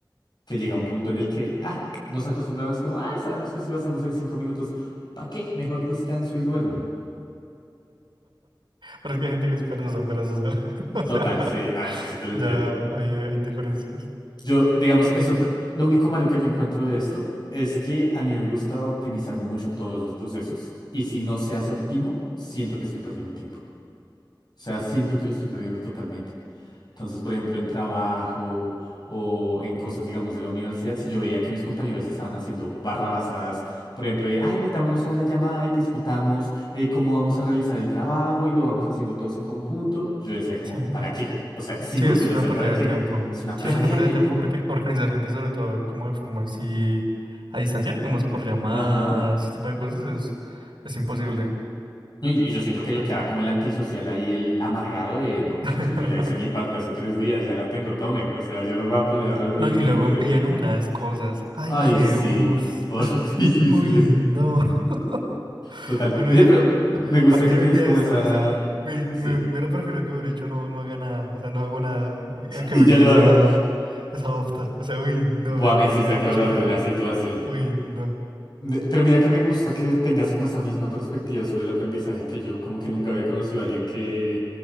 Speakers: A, on the left; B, on the right.
A: que llega un punto en el que, ah, nos acostumbramos como, ah, sabemos que si lo hacemos en cinco minutos, ¿para qué? Mejor descanso y duermo.
B: Pero es que hay gente que es perezosa, perezosa. <laughs> O sea,
A: Total, sí, nada, eso sí te lo
B: ya
A: entiendo.
B: hay, hay diferencias.
A: Yo, digamos, eso, t- lo único malo que yo encuentro de esto es que a mí me gusta optimizar mucho todos los procesos y si no se hace óptimo, siento que estoy perdiendo tiempo. O sea, siento que lo estoy perdiendo totalmente. Entonces, por ejemplo, en trabajo o en cosas, digamos, de la universidad, si yo veía que mis compañeros estaban haciendo barrabasadas, por ejemplo, de, ay, metámonos a la llamada y discutamos eh, cómo vamos a realizar el trabajo y lo vamos haciendo todos en conjunto, yo decía como,
B: Sí.
A: ¿para qué? O sea, es inútil,
B: Sí, es
A: o
B: una
A: sea,
B: pérdida
A: ¿para qué?
B: de tiempo.
A: Es una
B: Sí,
A: pérdida
B: es una pérdida
A: de tiempo.
B: de tiempo porque organizar gente y sobre todo como de forma así a distancia, como es por llamadas,
A: Ajá.
B: ese tipo de cosas, es, es imposible.
A: No, Y, y yo siento que yo quedaba como el antisocial ahí, el amargado de, no, muchachos,
B: <laughs>
A: yo ya hice mi parte hace tres días, ya la tengo, tomen, o sea, yo no me voy a poner a reunirme
B: No, y luego
A: y perder
B: envían
A: tiempo.
B: unas cosas. ¡Ay,
A: Ay,
B: Jebus!
A: sí, <laughs> horrible.
B: ¡Uy, no! <laughs>
A: Total.
B: Uno
A: Oye,
B: dice,
A: pero me gusta
B: ¿para qué
A: que tienes
B: me envía
A: como
B: esto?
A: esa...
B: O sea, me,
A: Sí.
B: me, me hubiera preferido que hubiera hecho no, no haga nada. O sea, no hago nada. a Que
A: Y
B: me
A: ya
B: envíe
A: lo
B: esa,
A: hago.
B: esa opta. O sea, uy, no,
A: Buah,
B: ahí me,
A: me hiciste
B: me
A: acordar
B: da mucha piedra.
A: de una situación.
B: Uy, no.
A: De- Pero mira que me gusta que tengas como esa misma perspectiva sobre el aprendizaje que yo. Como que nunca había conocido a alguien que,